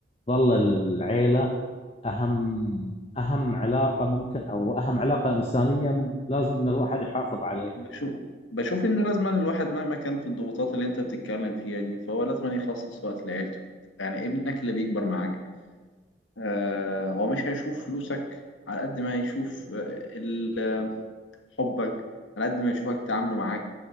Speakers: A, on the left; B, on the left.
A: ظل العيلة أهم أهم علاقة ممكن أو أهم علاقة إنسانية م- لازم إن الواحد يحافظ عليها
B: بشوف بشوف انه لازما الواحد مهما كان في الضغوطات اللي انت بتتكلم فيها دي فهو لازما يخصص وقت لعيلته يعني ابنك اللي بيكبر معاك آه هو مش هيشوف فلوسك على قد ما هيشوف آه، ال حبك على قد ما يشوفك تعامله معاك